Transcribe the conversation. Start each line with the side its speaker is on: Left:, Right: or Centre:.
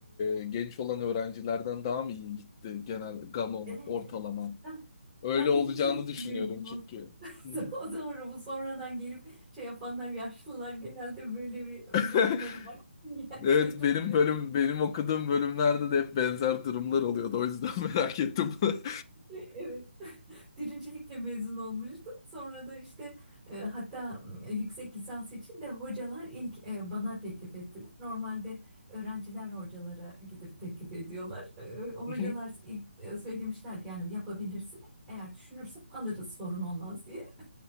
Left: e, genç olan öğrencilerden daha mı iyi gitti genel gamon
Centre: Evet,
Left: ortalaman?
Centre: evet. Ben,
Left: Öyle
Centre: ben
Left: olacağını
Centre: birincilikle
Left: düşünüyorum
Centre: mezun oldum.
Left: çünkü.
Centre: <laughs>
Left: Hı hı.
Centre: O doğru bu sonradan gelip şey yapanlar yaşlılar genelde böyle bir
Left: <laughs>
Centre: durumları var <laughs> gençlerin.
Left: Evet benim bölüm benim okuduğum bölümlerde de hep benzer durumlar oluyordu. O yüzden <laughs> merak ettim. <laughs>
Centre: Evet. <laughs> Birincilikle mezun olmuştum. Sonra da işte e, hatta e, yüksek lisans için de hocalar ilk e, bana teklif ettiler. Normalde öğrenciler hocalara gidip teklif ediyorlar. E, o
Left: Hı
Centre: hocalar ilk e, söylemişlerdi yani yapabilirsin. Eğer düşünürsen alırız sorun olmaz diye.